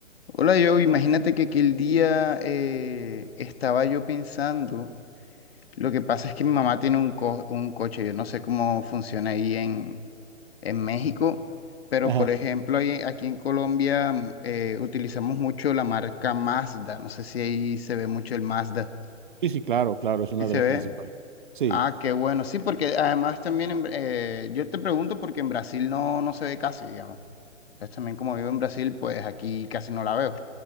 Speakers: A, on the left; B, on the right.
A: Hola, yo imagínate que aquel día eh, estaba yo pensando, lo que pasa es que mi mamá tiene un, co- un coche, yo no sé cómo funciona ahí en, en México, pero
B: Ajá.
A: por ejemplo ahí- aquí en Colombia mm, eh, utilizamos mucho la marca Mazda, no sé si ahí se ve mucho el Mazda,
B: Sí, sí, claro, claro, es una
A: ¿sí se
B: de las
A: ve?
B: principales. Sí,
A: Ah, qué bueno, sí, porque además también, en Br- eh, yo te pregunto porque en Brasil no, no se ve casi, digamos, entonces también como vivo en Brasil, pues aquí casi no la veo.